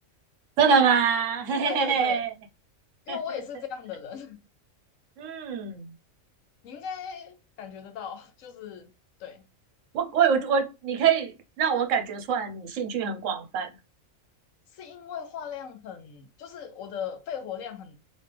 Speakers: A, on the right; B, on the left.
A: 真的吗？<laughs> 嘿嘿嘿嘿，
B: 对对对，因为我也是这样的人，
A: <laughs> 嗯。
B: <laughs> 你应该感觉得到，就是对，
A: 我我我我，你可以让我感觉出来你兴趣很广泛。
B: 是因为话量很，就是我的肺活量很